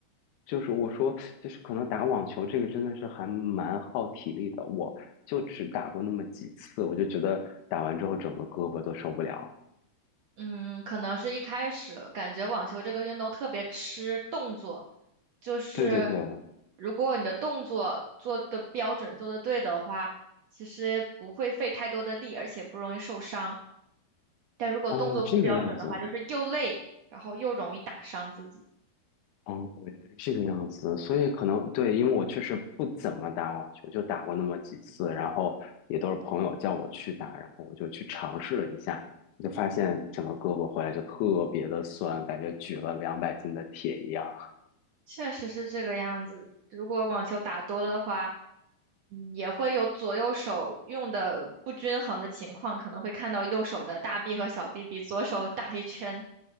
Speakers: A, on the left; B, on the right.
A: 就是我说，就是可能打网球这个真的是还蛮耗体力的，我就只打过那么几次，我就觉得打完之后整个胳膊都受不了。
B: 嗯，可能是一开始感觉网球这个运动特别吃动作，就是
A: 对对对，
B: 如果你的动作做的标准、做的对的话，其实不会费太多的力，而且不容易受伤。但如果动作不标准的话，
A: 哦，这个样子，
B: 就是又累，然后又容易打伤自己。
A: 哦，原来是这个样子，所以可能对，因为我确实不怎么打网球，就打过那么几次，然后也都是朋友叫我去打，然后我就去尝试了一下，就发现整个胳膊回来就特别的酸，感觉举了两百斤的铁一样。
B: 确实是这个样子。如果网球打多了的话，嗯也会有左右手用的不均衡的情况，可能会看到右手的大臂和小臂比左手 <laughs> 大一圈。